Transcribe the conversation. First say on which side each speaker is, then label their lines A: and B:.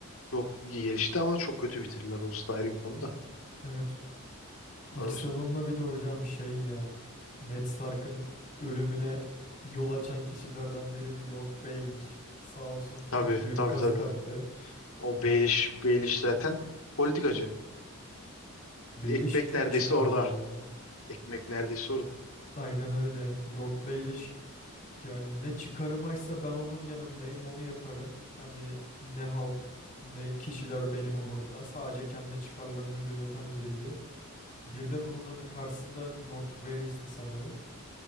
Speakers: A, on the left; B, on the left.
A: Çok iyi gelişti ama çok kötü bitirdiler. Orası da ayrı bir konu da.
B: Evet. İlk
A: Evet.
B: sezonda bir de hocam şey ya Ned Stark'ın ölümüne yol açan kişilerden biri Lord Baelish. Sağ olsun
A: Tabii
B: çok büyük
A: tabii
B: kazık
A: tabii.
B: attı.
A: O Baelish, Baelish zaten politikacı.
B: Baelish
A: Ekmek
B: çok
A: neredeyse
B: çıkarcı
A: orada.
B: ya.
A: Ekmek neredeyse orada.
B: Aynen öyle. Lord Baelish yani ne çıkarımaysa ben onun yanındayım, onu yaparım. Hani ne halk ne kişiler benim umurumda. Sadece kendi çıkarlarını gözeten biriydi. Bir de bunun hani karşısında Lord Varys'ti sanırım.